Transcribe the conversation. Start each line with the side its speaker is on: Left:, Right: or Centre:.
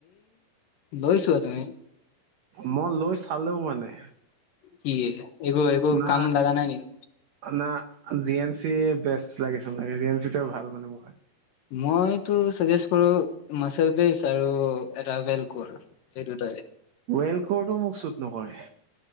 Left: লৈছোঁৱা তুমি
Right: মই লৈ চালোও মানে
Left: কি এবো এবো
Right: না
Left: কাম নজনা নিকি
Right: না জি এন চি বেষ্ট লাগিছে মানে জি এন চিটোৱে ভাল মানে মোৰ
Left: মইতো চাজেষ্ট কৰো। মাচেল প্লেচ আৰু এটা ওৱেল কৰত এই দুটাই
Right: ৱেল কৰটো মোক শুট নকৰে।